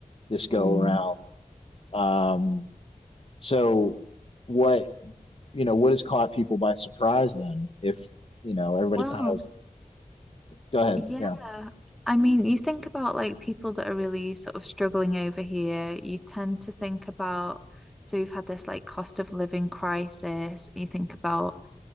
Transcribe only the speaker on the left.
this go
around. Um, so what you know what has caught people by surprise then? If you know everybody
kind of go ahead,
yeah.